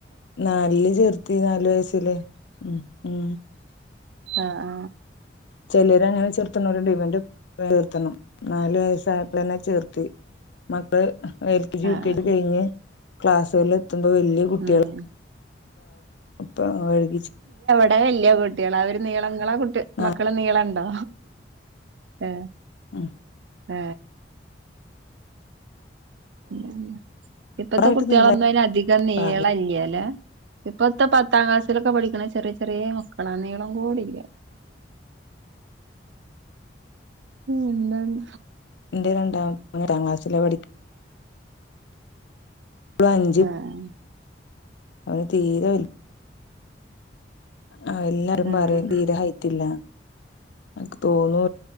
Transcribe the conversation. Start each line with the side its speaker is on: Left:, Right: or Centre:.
Left: നല്ല് ചേർത്തി നല്ു വയസില് ഉ ഉ
Right: ആ ആ
Left: ചെല്ലരങ്ങനെ ചേർത്തനൊരുണ്ട് <unintelligible> ചേർത്തണം നാലു വയസ്സായപ്പോന്നെ ചേർത്തി <inaudible> എൽ ക്കെ ജി
Right: ആഹ്
Left: യു കെ ജി
Right: ആഹ്
Left: കഴിഞ്ഞ് ക്ലാസ്സുകളിൽ എത്തുമ്പോ വല്യയാ കുട്ടികൾ
Right: ഉം
Left: ഇപ്പഴ <unintelligible>
Right: എ വല്യയാ കുട്ടികള അവര് നീളങ്ങളാ ങ്ങളെ കുട്ടി
Left: നാല്
Right: മക്കൾ നീളണ്ടോ ഏ
Left: ആ
Right: എ <inaudible> ഇപ്പത്തെ
Left: ഓവറായിട്ട്
Right: കുട്ടികളൊന്നും
Left: നീള
Right: അ അധികം നീളല്ലല്ല
Left: പാക
Right: ഇപ്പത്തെ പ്പാ പത്താം ക്ലാസ്സിലൊക്കെ പഠിക്കണ ചെറിയ ചെറിയ മക്കളാ നീളം കൂടില്ല ഉം എന്തണ്
Left: എന്റെ രണ്ടാമത്തൊ ക്ലാസ്സില പഠിക്കാ അഞ്ച്
Right: ആഹ്
Left: അവന് തീര വല്ല ആ എല്ലാരും
Right: ആഹ് ആഹ്
Left: പറയും തീരെഹയിട്ടില്ല അക്ക് തോന്നു